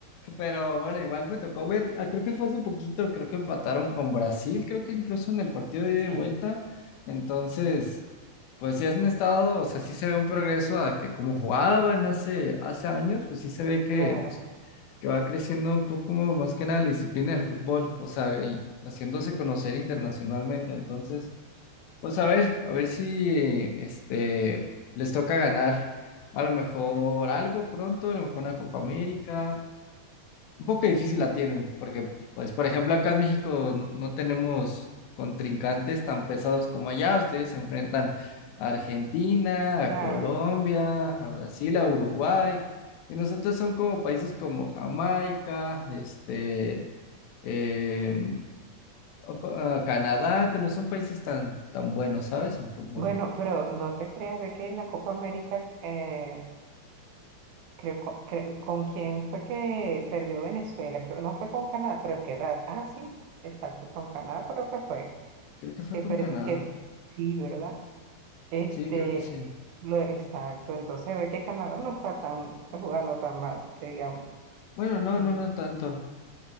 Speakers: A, on the left; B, on the right.
A: Pero bueno, igual me tocó ver, ah, creo que fue hace poquito, creo que empataron con Brasil, creo que incluso en el partido de ida
B: Sí,
A: y vuelta. Entonces, pues sí han estado, o sea, sí se ve un progreso a que como jugaban hace, hace años, pues sí se ve que,
B: claro,
A: pues, que va creciendo un poco más que nada la disciplina del fútbol, o sea, y haciéndose conocer internacionalmente. Entonces, Pues a ver, a ver si este les toca ganar a lo mejor algo pronto, a lo mejor una Copa América. Un poco difícil la tienen, porque pues por ejemplo acá en México n- no tenemos contrincantes tan pesados como allá. Ustedes se enfrentan a Argentina, a
B: claro.
A: Colombia, a Brasil, a Uruguay. Y nosotros son como países como Jamaica, este, em, a- a Canadá, que no son países tan, tan buenos, ¿sabes? En fútbol.
B: Bueno, pero no te creas, ve que en la Copa América, eh, creo, co- cre- con, quién fue que perdió Venezuela, creo, no fue con Canadá, pero qué raro. Ah, sí, exacto, con Canadá creo que fue,
A: Creo que fue
B: que,
A: con
B: per-
A: Canadá.
B: que sí, ¿verdad? Este,
A: Sí, creo que sí.
B: lo, exacto, entonces ve que Canadá no está tan, está jugando tan mal, que digamos.
A: Bueno, no,
B: Mm,
A: no, no tanto.